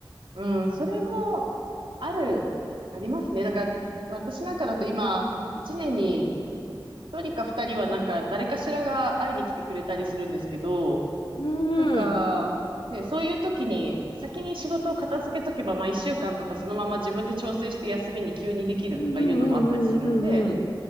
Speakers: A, on the right; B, on the left.
A: うんそれも、ある、ありますね。だから、私なんかだと今、一年に一人か二人はなんか、誰かしらが会いに来てくれたりするんですけど、
B: うん、
A: なんか、
B: うん、
A: ね、そういう時に、先に仕事を片付けとけば、まあ一週間とかそのまま自分で調整して休みに急にできるとかいうのもあったりするんで、
B: うん、うん、うん、うん。